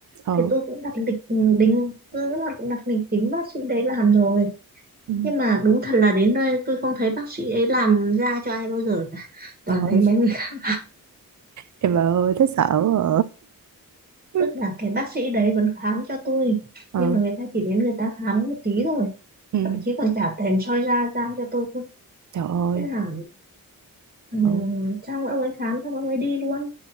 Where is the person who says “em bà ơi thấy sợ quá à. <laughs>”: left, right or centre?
Right